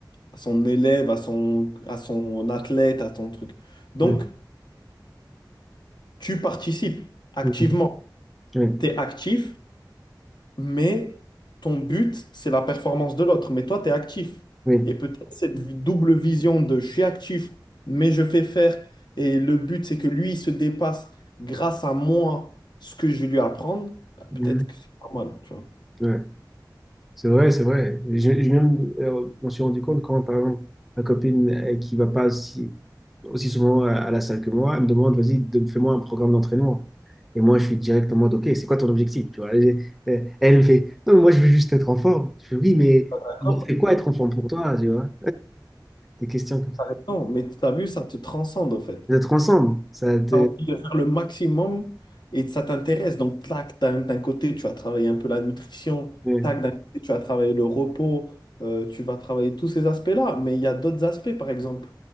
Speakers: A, on the left; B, in the centre.
A: à son élève, à son... à son athlète, à ton truc. Donc,
B: mm,
A: tu participes activement.
B: mm, Oui,
A: Tu es actif. mais ton but, c'est la performance de l'autre. Mais toi, tu es actif.
B: oui.
A: Et peut-être cette vi- double vision de je suis actif, mais je fais faire, et le but, c'est que lui, il se dépasse grâce à moi ce que je vais lui apprendre, bah,
B: mm,
A: peut-être que c'est pas mal, tu vois.
B: ouais. C'est vrai, c'est vrai. Je, je même, euh, on s'est rendu compte quand, par exemple, ma copine euh, qui va pas aussi aussi souvent à, à la salle que moi, elle me demande, vas-y, de- fais-moi un programme d'entraînement. Et moi, je suis direct en mode, OK, c'est quoi ton objectif? Tu vois, elle, euh, elle me fait, non, mais moi, je veux juste être en forme. Je fais, oui, mais
A: D'accord?
B: c'est quoi être en forme pour toi, tu vois? Des questions comme ça.
A: T'as raison, mais tu as vu, ça te transcende, en fait.
B: D'être ensemble, ça te...
A: as envie de faire le maximum et ça t'intéresse. Donc, tac, d'un d'un côté, tu vas travailler un peu la nutrition,
B: ouais.
A: tac, d'un côté, tu vas travailler le repos, euh, tu vas travailler tous ces aspects-là. Mais il y a d'autres aspects, par exemple.